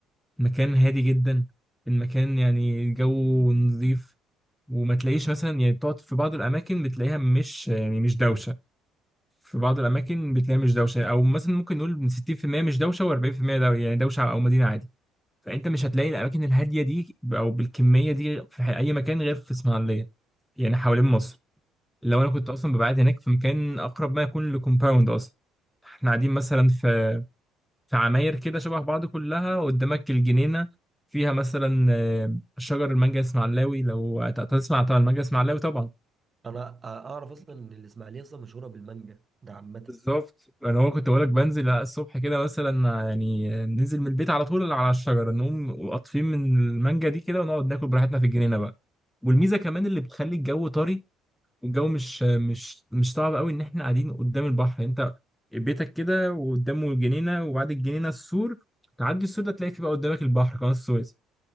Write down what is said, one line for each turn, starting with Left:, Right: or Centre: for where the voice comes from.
Centre: مكان هادي جدا المكان يعني الجو نظيف وما تلاقيش مثلا يعني بتقعد في بعض الأماكن بتلاقيها مش يعني مش دوشة في بعض الأماكن بتلاقيها مش دوشة أو مثلا ممكن نقول من 60% مش دوشة و40% دو يعني دوشة أو مدينة عادي فأنت مش هتلاقي الأماكن الهادية دي أو بالكمية دي في أي مكان غير في إسماعيلية يعني حوالين مصر لو أنا كنت أصلا ببعد هناك في مكان أقرب ما يكون لكومباوند أصلا احنا قاعدين مثلا في في عماير كده شبه بعض كلها قدامك الجنينة فيها مثلا آه، شجر المانجا اسماعيلاوي لو ت- تسمع طبعا المانجا اسماعيلاوي طبعا
Right: انا أ- اعرف اصلا ان الاسماعيليه اصلا مشهوره بالمانجا ده عامه
Centre: بالظبط انا هو كنت بقولك بنزل الصبح كده مثلا آه، يعني آه، ننزل من البيت على طول على الشجرة نقوم قاطفين من المانجا دي كده ونقعد ناكل براحتنا في الجنينة بقى والميزة كمان اللي بتخلي الجو طري والجو مش آه، مش مش صعب قوي ان احنا قاعدين قدام البحر انت بيتك كده وقدامه الجنينة وبعد الجنينة السور تعدي السور ده تلاقي فيه بقى قدامك البحر قناة السويس